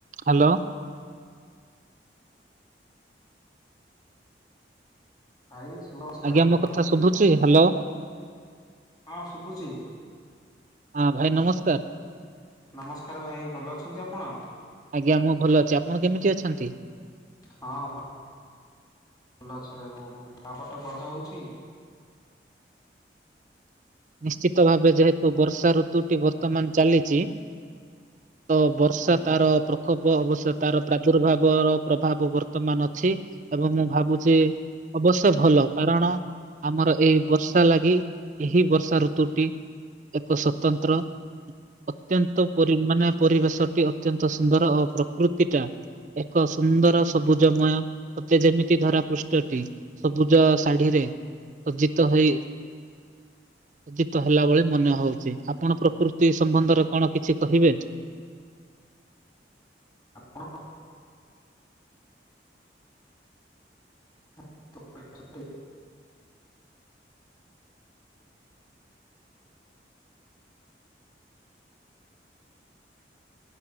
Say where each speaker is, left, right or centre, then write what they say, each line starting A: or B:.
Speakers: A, on the right; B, on the left.
A: Hello.
B: ଭାଇ ସୁନମସ୍କାର
A: ଆଜ୍ଞା
B: ଭଲ
A: ମୋ କଥା
B: ହନ୍ତି
A: ଶୁଭୁଛି ହ୍ୟାଲୋ
B: ହଁ ଶୁଭୁଛି।
A: ହଁ ଭାଇ ନମସ୍କାର‌।
B: ନମସ୍କାର ଭାଇ ଭଲ ଅଛନ୍ତି ଆପଣ?
A: ଆଜ୍ଞା ମୁଁ ଭଲ ଅଛି ଆପଣ କେମିତି ଅଛନ୍ତି?
B: ହଁ ଭଲ ଭଲ ଅଛି ଭାଇ ମୁଁ ବି ତାପଟେ ବର୍ଷା ହଉଛି।
A: ନିଶ୍ଚିତ ଭାବେ ଯେହେତୁ ବର୍ଷା ଋତୁଟି ବର୍ତ୍ତମାନ ଚାଲିଚି ତ ବର୍ଷା
B: ଆଜ୍ଞା।
A: ତାର ପ୍ରକ ହବ, ହବ ଅବଶ୍ୟ ସେ ତାର ପ୍ରାଦୁର୍ଭାବର ପ୍ରଭାବ ବର୍ତ୍ତମାନ ଅଛି ଏବଂ ମୁଁ ଭାବୁଛି ଅବଶ୍ୟ ଭଲ କାରଣ ଆମର ଏଇ ବର୍ଷା ଲାଗି ଏହି ବର୍ଷା ଋତୁଟି ଏକ ସ୍ବତନ୍ତ୍ର ଅତ୍ୟନ୍ତ ପରି ମାନେ ପରିବେଶଟି ଅତ୍ୟନ୍ତ ସୁନ୍ଦର ଓ ପ୍ରକୃତି ଟା ଏକ ସୁନ୍ଦର ସବୁଜମୟ ସତେ ଯେମିତି ଧରା ପୃଷ୍ଠଟି ସବୁଜ ଶାଢୀରେ ସଜ୍ଜିତ ହେଇ ସଜ୍ଜିତ ହେଲା ଭଳି ମନେ ହଉଛି ଆପଣ ପ୍ରକୃତି ସମ୍ବନ୍ଧରେ କଣ କିଛି କହିବେ?
B: ଆପଣ <unintelligible>